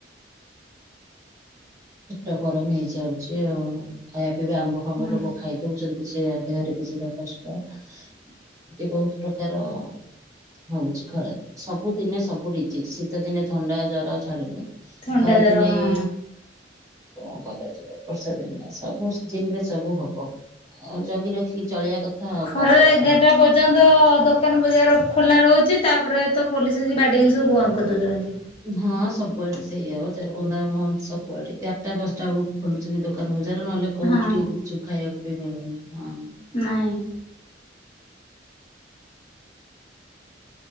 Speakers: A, on the right (about 15°); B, on the left (about 30°).
A: ପେଟ ଗରମ ହେଇଯାଉଛି ଆଉ ଖାଇବା ପିଇବା ଆମ୍ବ ଫାମ୍ବ
B: ହୁଁ।
A: ଲୋକ ଖାଇ ଦଉଛ ସେ ଦେହରେ ବି ଯିବା କଷ୍ଟ। ଏମତି ବହୁତ ପ୍ରକାର ହଉଛି ଖରାଦିନେ, ସବୁ ଦିନେ ସବୁ ଡିଜିଚି ଶୀତ ଦିନେ ଥଣ୍ଡା, ଜର ଛାଡୁନି। ଖରାଦିନେ
B: ଥଣ୍ଡା ଜର ହଁ।
A: କଣ କରାଯିବ ବର୍ଷା ଦିନେ, ସବୁ ସିଜିନ୍ ରେ ସବୁ ହବ। ଜଗି ରଖ ଖି ଚଳେଇବା କଥା ଆଉ
B: ଖରାରେ
A: କଣ କରାହବ।
B: ଏଗାରଟା ପର୍ଯ୍ୟନ୍ତ ଦୋକାନ ବଜାର ଖୋଲା ରହୁଛି, ତାପରେ ତ ପୋଲିସ ଆସି ବାଡ଼େଇକି ସବୁ ବନ୍ଦ କରିଦେଉଛନ୍ତି।
A: ହଁ ସବୁଆଡେ ସେଇଆ ବଜାର ବନ୍ଧା ବନ୍ଦ ସବୁଆଡେ, ଚାରିଟା ପାଞ୍ଚଟା ବେଳକୁ ଖୋଲୁଛନ୍ତି ଦୋକାନ ବଜାର ନହେଲେ କୋଉଠିି
B: ହଁ
A: ଟିକେ ଗୁପଚୁପ ଖାଇବାକୁ ବି ମିଳୁନି। ହଁ।
B: ନାଇଁ।